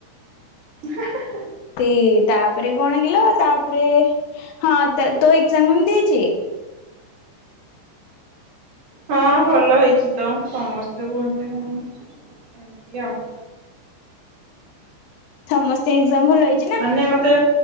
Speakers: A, on the right (about 55°); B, on the left (about 75°).
A: ହାଁ ହାଁ।
B: ତି ତାପରେ କଣ କିଲୋ ତାପରେ ହଁ ତଏ ତୋ ଏକ୍ଜାମ୍ କମ୍ତି ଦେଇଚି?
A: ହଁ ଭଲ ହେଇଚି ତ ସମସ୍ତେ କୁହନ୍ତି କଣ ଏମିତି ଆଉ।
B: ଠମସ୍ତେ ଏକ୍ଜାମ୍ ଭଲ ହେଇ
A: ମାନେ ମତେ